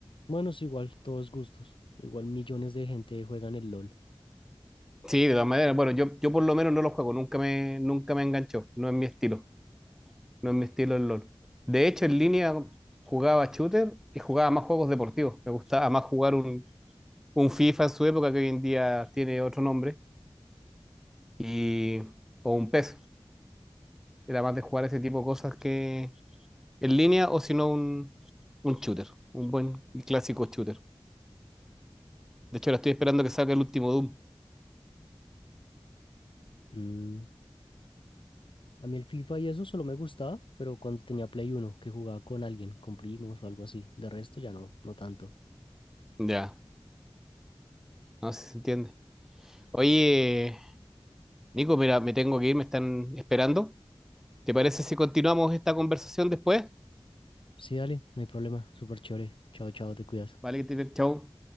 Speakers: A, on the left; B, in the centre.
A: Bueno, es igual, todos gustos. Igual millones de gente juegan el LOL.
B: Sí, de todas maneras. Bueno, yo, yo por lo menos no lo juego, nunca me, nunca me enganchó. No es mi estilo. No es mi estilo el LOL. De hecho, en línea jugaba shooter y jugaba más juegos deportivos. Me gustaba más jugar un, un FIFA en su época, que hoy en día tiene otro nombre, y, o un PES. Era más de jugar ese tipo de cosas que en línea o si no un, un shooter, un buen y clásico shooter. De hecho, ahora estoy esperando que salga el último Doom.
A: Mm, A mí el FIFA y eso solo me gustaba, pero cuando tenía Play Uno que jugaba con alguien, con primos o algo así. De resto ya no, no tanto.
B: Ya, no sé si se entiende. Oye, Nico, mira, me tengo que ir, me están esperando. ¿Te parece si continuamos esta conversación después?
A: Sí, dale, no hay problema. Súper chévere. Chao, chao, te cuidas.
B: Vale, que te- chau.